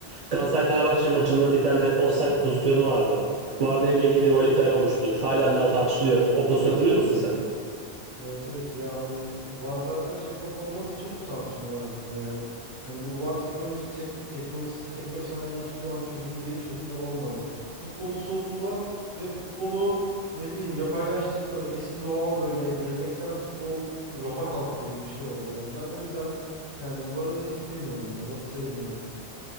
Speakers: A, on the right; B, on the right.
A: Galatasaray Fenerbahçe maçında bir tane offside pozisyonu vardı. VAR devreye girince gol iptal olmuştu. Halen daha tartışılıyor. O pozisyonu hatırlıyor musun sen?
B: Evet evet ya hani VAR zaten şeffaf olmadığı için bu tartışmalar bitmiyor yani. Hani bu VAR teknoloji tek teknolojisi tek başına bence hiçbir zaman çözüm değil, çözüm de olmadı. Futbolu soğuttular ve futbolu ne bileyim yapaylaştırdılar. Eski doğal böyle geleneksel futbol rafa kalktı gibi bir şey oldu yani. Ben o yüzden yani VAR'ı istemiyorum ya. VAR'ı sevmiyorum.